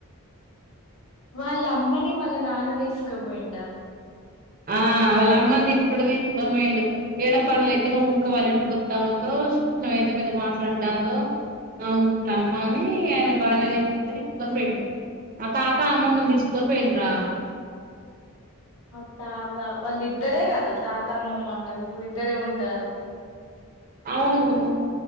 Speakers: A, on the left; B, on the right.
A: వాళ్ళ అమ్మని వాళ్ళ నాన్న తీసుకోపోయిండ
B: ఆ వాళ్ళ అమ్మని <unintelligible> తీసుకొని పోయిండు ఏడ పనులు ఎక్కన ఇంకో వాళ్ళ ఇంటికి పస్తా ఉంటోంత మీద మాట్లాడడాందో అవును ముట్లా అమ్మ అని ఆయన బాగానే ఇకొని పోయిండు ఆ తాత అమ్మమ్మను తీసుకొని పోయిండు రా
A: ఆ తాత వాళ్ళు ఇద్దరే కదా తాత అమ్మమ్మ అన్నది ఇప్పుడు ఇద్దరే ఉంటారు
B: అవును